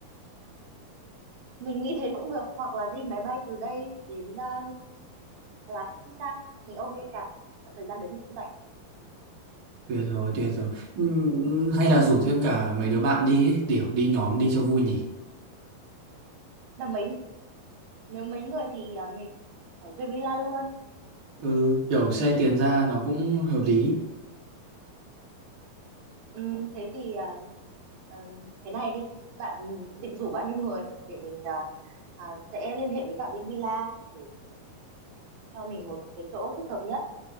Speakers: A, on the right; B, on the right.
A: Mình nghĩ thế cũng được hoặc là đi máy bay từ đây đến à, Đà Lạt cũng không sao. Mình ok cả thời gian đấy mình cũng rảnh.
B: tuyệt rồi tuyệt rồi Ừm, hay là rủ thêm cả mấy đứa bạn đi ấy, để đi nhóm đi cho vui nhỉ
A: Là mấy nếu mấy người thì à, mình phải thuê villa luôn.
B: ừ kiểu xe tiền ra nó cũng hợp lý
A: Ừm, thế thì à, ờ, thế này đi. Bạn định rủ bao nhiêu người để mình à, à, sẽ liên hệ với cả bên villa để cho mình một cái chỗ thích hợp nhất.